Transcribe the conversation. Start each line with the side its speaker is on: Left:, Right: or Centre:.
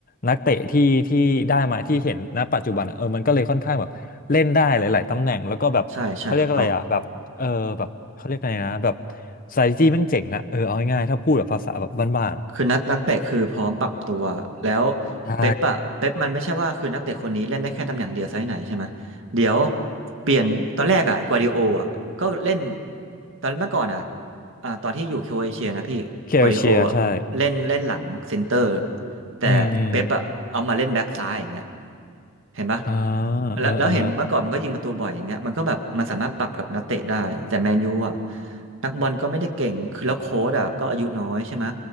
Left: นักเตะที่ที่ได้มาที่เห็นณปัจจุบันอ่ะเออมันก็เลยค่อนข้างแบบเล่นได้หลายๆตำแหน่งแล้วก็แบบเขาเรียกอะไรอ่ะแบบเออแบบเขาเรียกอะไรนะแบบ
Right: ใช่ใช่ถูกต้อง
Left: strategy แม่งเจ๋งอ่ะเออเอาง่ายๆถ้าพูดแบบภาษาแบบบ้านๆอะ
Right: คือนักนักเตะคือพร้อมปรับตัวแล้ว
Left: ใช่
Right: เป๊ปอะเป๊ปมันไม่ใช่ว่าคือนักเตะคนนี้เล่นได้แค่ตำแหน่งเดียวไซส์ไหนใช่ไหมเดี๋ยวเปลี่ยนตอนแรกอะกัวดิโออะก็เล่นตอนเมื่อก่อนอะอ่าตอนที่อยู่โครเอเชียนะพี่กัวดิโออะเล่นเล่นหลังเซนเตอร์
Left: เคลเชียร์ใช่
Right: แต่เป๊ปอะเอามาเล่นแบ็กซ้ายอย่างเงี้ย
Left: อืมอืม
Right: เห็นปะ
Left: อ่า
Right: แล้วแล้วเห็นเมื่อก่อนมันก็ยิงประตูบ่อยอย่างเงี้ยมันก็แบบมันสามารถปรับกับนักเตะได้แต่แมนยูอะ
Left: เออเออ
Right: นักบอลก็ไม่ได้เก่งคือแล้วโค้ชอะก็อายุน้อยใช่ไหม